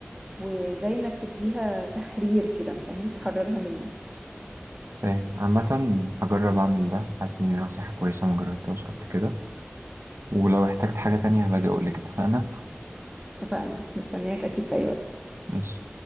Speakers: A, on the right (about 15°); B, on the right (about 75°).
A: وزي انك تديها تحرير كده فاهم تحررها منك
B: فاهم عامة هجرب أعمل ده حاسس إن دي نصيحة كويسة ما جربتهاش قبل كده ولو احتجت حاجة تانية هبقى أجي أقولك اتفقنا
A: اتفقنا مستنياك اكيد في اي وقت
B: ماشي